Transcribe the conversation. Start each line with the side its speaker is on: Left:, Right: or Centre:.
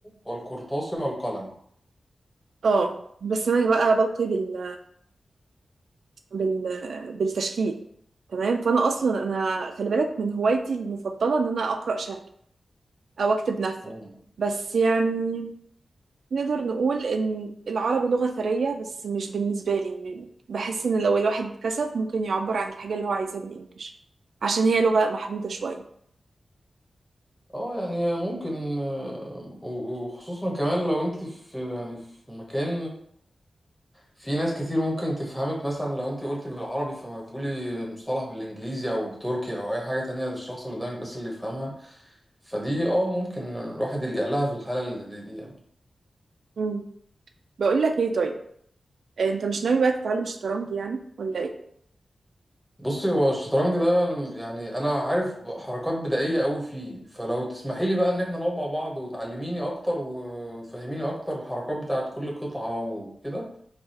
Centre: والقرطاس والقلم
Right: اه بس انا بقى بلقي بال بال بالتشكيل تمام فانا اصلا انا خلي بالك من هوايتي المفضله ان انا اقرا شعر او اكتب نثر
Centre: مم.
Right: بس يعني نقدر نقول إن العربي لغة ثرية بس مش بالنسبة لي م- بحس إن لو الواحد كسف ممكن يعبر عن الحاجة اللي هو عايزها بالإنجليش عشان هي لغة محدودة شوية
Centre: اه يعني ممكن آه، و- وخصوصا كمان لو انت في يعني في مكان في ناس كتير ممكن تفهمك مثلا لو انت قلت بالعربي فما تقولي المصطلح بالانجليزي او بتركي او اي حاجه تانية الشخص اللي قدامك بس اللي يفهمها فدي اه ممكن الواحد يلجأ لها في الحاله اللي زي دي يعني
Right: مم. بقول لك إيه طيب آه، أنت مش ناوي بقى تتعلم شطرنج يعني ولا إيه؟
Centre: بصي هو الشطرنج ده يعني انا عارف حركات بدائيه قوي فيه فلو تسمحي لي بقى ان احنا نقعد مع بعض وتعلميني اكتر وتفهميني اكتر الحركات بتاعت كل قطعه وكده